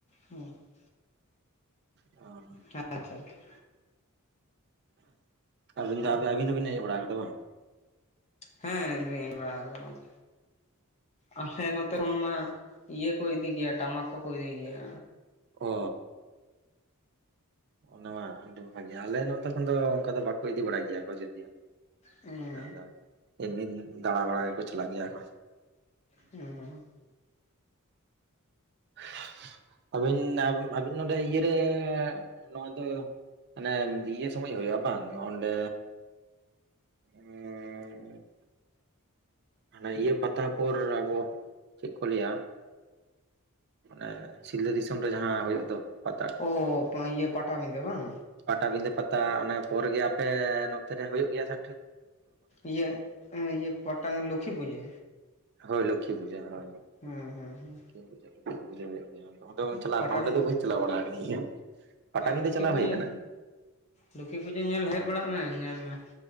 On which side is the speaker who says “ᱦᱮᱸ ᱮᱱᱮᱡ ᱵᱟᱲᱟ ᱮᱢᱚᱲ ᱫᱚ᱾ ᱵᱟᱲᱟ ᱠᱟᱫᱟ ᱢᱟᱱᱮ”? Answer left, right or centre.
Left